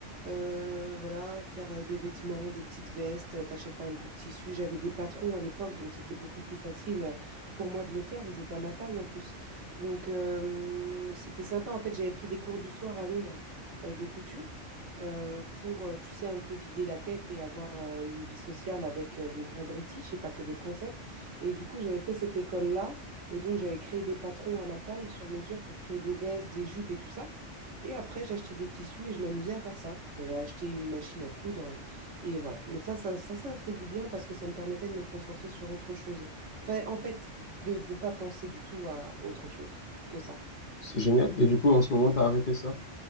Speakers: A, on the right; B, on the left.
A: euh, voilà, faire euh, des vêtements, des petites vestes, euh, t'achètes un bout de tissu. J'avais des patrons à l'époque, donc c'était beaucoup plus facile euh, pour moi de les faire. Ils étaient à ma taille en plus. Donc euh, c'était sympa. En fait, j'avais pris des cours du soir à Londres euh, de couture euh, pour, euh, tu sais, un peu vider la tête et avoir euh, une vie sociale avec euh, des vrais British et pas que des Français. Et du coup, j'avais fait cette école-là. Et donc, j'avais créé des patrons à ma taille sur mesure pour créer des vestes, des jupes et tout ça. Et après, j'achetais des tissus et je m'amusais à faire ça. J'avais acheté une machine à coudre et voilà. Mais ça, ça, ça, ça fait du bien parce que ça me permettait de me concentrer sur autre chose. Enfin, en fait, de ne pas penser du tout à autre chose que ça.
B: c'est génial. Et du coup, en ce moment, t'as arrêté ça?